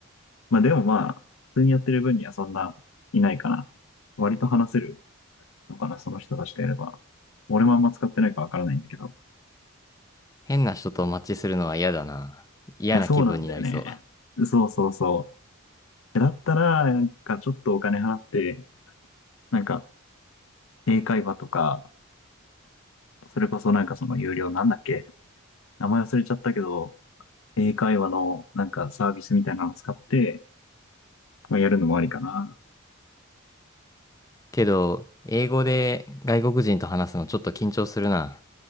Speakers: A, on the left; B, on the left.
A: まあでもまあ、普通にやってる分にはそんないないかな。割と話せるのかな、その人たちとやれば。俺もあんま使ってないかわからないんだけど。
B: 変な人とマッチするのは嫌だな。嫌な気分になりそう。
A: いや、そうなんだよね。そうそうそう。だったら、なんかちょっとお金払って、なんか英会話とか、それこそなんかその有料なんだっけ名前忘れちゃったけど、英会話のなんかサービスみたいなのを使って、まあ、やるのもありかな。
B: けど、英語で外国人と話すのちょっと緊張するな。